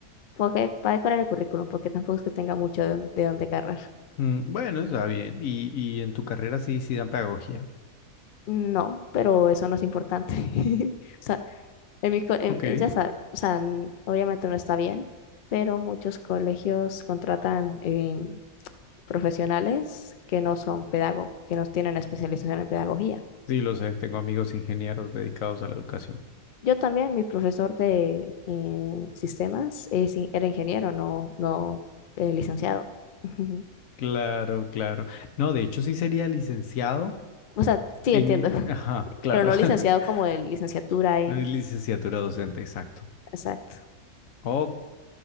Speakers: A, on the left; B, on the left.
A: porque, para decorar el currículum, porque tampoco es que tenga mucho de, dón- de dónde agarrar.
B: Mm, bueno, está bien. Y, y en tu carrera sí, sí dan pedagogía.
A: No, pero eso no es importante. <laughs> O sea, en mi, co- en-
B: Ok,
A: eh, ya sa- o sea, n- obviamente no está bien, pero muchos colegios contratan eh, profesionales que no son pedagogos, que no tienen especialización en pedagogía.
B: sí lo sé, tengo amigos ingenieros dedicados a la educación.
A: Yo también, mi profesor de eh, sistemas eh, sí, era ingeniero, no, no eh, licenciado. <laughs> Ujú.
B: Claro, claro. No, de hecho sí sería licenciado.
A: O sea, sí
B: En,
A: entiendo, <laughs>
B: ajá, claro.
A: pero no
B: <laughs>
A: licenciado como de licenciatura en...
B: No es licenciatura docente, exacto.
A: Exacto.
B: Ok,